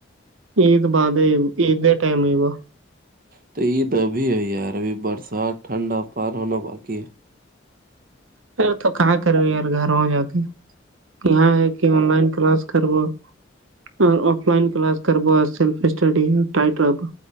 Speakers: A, on the right (about 80°); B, on the right (about 45°).
A: عید بعد ہے عید ٹائم ہوا
B: تو عید ابھی ہے یار ابھی برسات ٹھنڈا پار ہونا باقی ہے
A: پ تو کہاں کرو یار گھروں جا کے یہاں ہے کہ آن لائن کلاس کرو اور آف لائن کلاس کر سف اسٹڈی ٹائ رہ